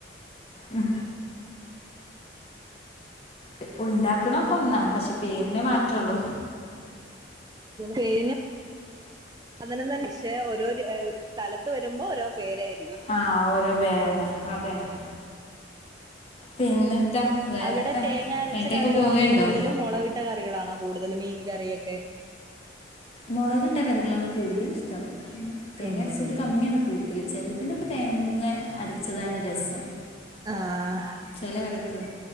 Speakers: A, on the left; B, on the right.
A: ഹും ഇപ്പോഉണ്ടാക്കണൊക്കൊന്നാ പക്ഷെ പേരിനെ മാറ്റൊള്ളൂ
B: പേരിൻ അതിന തന്നെ പക്ഷെ ഓരോ സ്ഥലത്ത് വരുമ്പോൾ ഓരോ പേരായി
A: ആഹ് ഓരോ പേരന്നെ അതന്നെ പിന്നെത്താ വേറെത്താ
B: അവിടെ തേങ്ങ അരച്ച
A: എവിടേക്ക്
B: കറികളാണോ
A: പോവേണ്ടോ
B: കൂടുതലും മുളവിട്ട ഇട്ട കറികളാണോ കൂടുതൽ മീൻ കറിയൊക്കെ
A: മൊളകിട്ട കറികളാണ് കൂടുതൽ ഇഷ്ടം തേങ്ങ
B: ഉം
A: അരച്ചത്
B: ഉം
A: കമ്മിയാണ് കൂട്തൽ ചെലതിനൊക്കെ തേങ്ങ അരച്ചതാണ് രസം
B: ആഹ്
A: ചെല കറിക്ക്